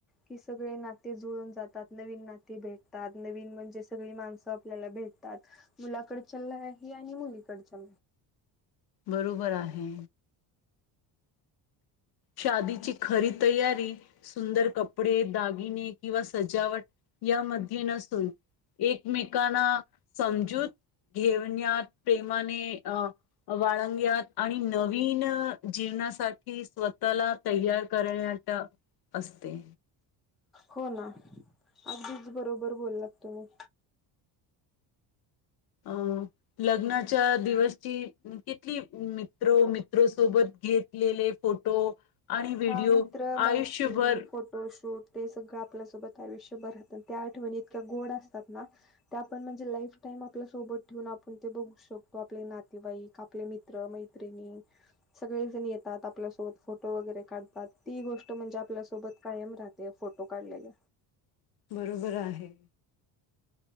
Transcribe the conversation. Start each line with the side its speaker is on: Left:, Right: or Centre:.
Centre: की सगळे नाते जुळून जातात नवीन नाते भेटतात नवीन म्हणजे सगळी माणस. आपल्याला भेटतात मुलाकडच्या आणि मुलीकडच्या
Left: बरोबर आहे. शादीची खरी तयारी सुंदर कपडे दागिने किंवा सजावट यामध्ये नसून एकमेकांना समजूत घेवण्यात प्रेमाने अ बाळगण्यात आणि नवीन जीवनासाठी स्व तला तयार करण्या असते.
Centre: हो ना अगदीच बरोबर बोललात तुम्ही
Left: अं लग्नाच्या दिवसची किथली मित्र मित्रो सोबत घेतलेले फोटो आणि व्हिडिओ
Centre: हा मित्र
Left: आयुष्यभर
Centre: मैत्रिणी फोटोशूट ते सगळं आपल्या सोबत आयुष्यभरहत त्या आठवणी इतक्या गोड असतात ना ते आपण म्हणजे लाईफ टाईम आपल्या सोबत ठेवून आपण ते बघू शकतो आपले नातेवाईक आपले मित्र मैत्रिणी सगळे जण येतात आपल्यासोबत फोटो वगैरे काढतात ती गोष्ट. म्हणजे आपल्यासोबत कायम राहात. ते फोटो काढलेले.
Left: बरोबर आहे.